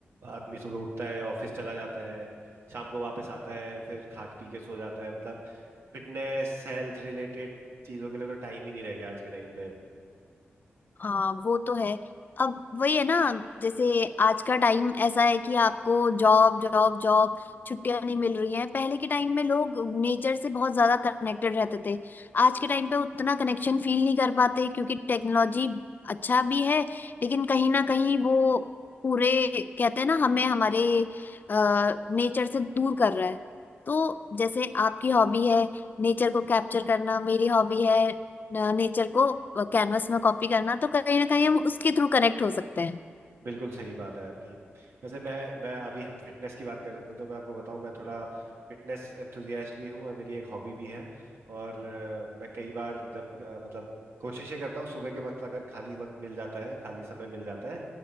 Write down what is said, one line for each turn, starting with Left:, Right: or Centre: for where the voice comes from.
Right: आदमी सुबह उठता है ऑफिस चला जाता है शाम को वापस आता है फिर खा पी के सो जाता है मतलब फिटनेस हेल्थ रिलेटेड चीजों के लिए तो टाइम ही नहीं रह गया आज के टाइम पे
Left: हाँ वो तो है अब वही है ना जैसे आज का टाइम ऐसा है कि आपको जॉब जॉब जॉब छुट्टियां नहीं मिल रही हैं पहले के टाइम में लोग नेचर से बहुत ज्यादा कनेक्टेड रहते थे आज के टाइम पे उतना कनेक्शन फील नहीं कर पाते क्योंकि टेक्नोलॉजी अच्छा भी है लेकिन कहीं ना कहीं वो पूरे कहते हैं ना हमें हमारे नेचर से दूर कर रहा है तो जैसे आपकी हॉबी है नेचर को कैप्चर करना मेरी हॉबी है नेचर को कैनवस में कॉपी करना तो कहीं ना कहीं हम उसके थ्रू कनेक्ट हो सकते हैं
Right: बिल्कुल सही बात है आपकी वैसे मैं मैं अभी हम फिटनेस की बात कर रहे थे तो मैं आपको बताऊं मैं थोड़ा फिटनेस एंथुजियास्ट भी हूं और मेरी एक हॉबी भी है और अ, मैं कई बार जब अ, मतलब कोशिशें करता हूँ सुबह के वक्त अगर खाली वक्त मिल जाता है खाली समय मिल जाता है